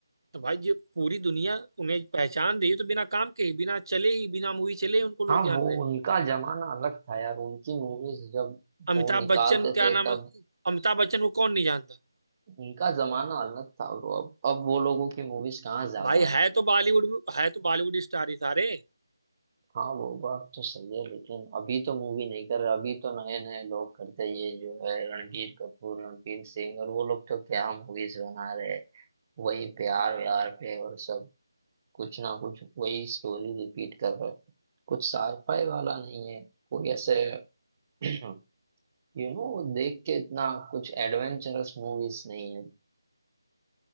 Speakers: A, on the right; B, on the right.
A: तो भाई ये पूरी दुनिया उन्हें पहचान रही है तो बिना काम के ही बिना चले ही बिना मूवी चले ही उनको लोग
B: हाँ
A: जान
B: वो
A: रहे हैं
B: उनका जमाना अलग था यार उनकी मूवीज जब
A: अमिताभ
B: वो निकालते
A: बच्चन क्या
B: थे
A: नाम
B: तब
A: है अमिताभ बच्चन को कौन नहीं जानता
B: उनका जमाना अलग था ब्रो अब अब वो लोगों की मूवीज कहाँ ज्यादा
A: भाई
B: आती
A: है
B: है
A: तो बॉलीवुड में है तो बॉलीवुड स्टार ही सारे
B: हाँ वो बात तो सही है लेकिन अभी तो मूवी नहीं कर रहा अभी तो नए नए लोग करते हैं। ये जो है रणबीर कपूर रणबीर सिंह और वो लोग तो क्या मूवीज बना रहे हैं। वही प्यार व्यार पे और सब कुछ ना कुछ वही स्टोरी रिपीट कर रहे हैं। कुछ साईफाई वाला नहीं है कोई ऐसे <clears throat> यू नो देख के इतना कुछ एडवेंचरस मूवीज नहीं है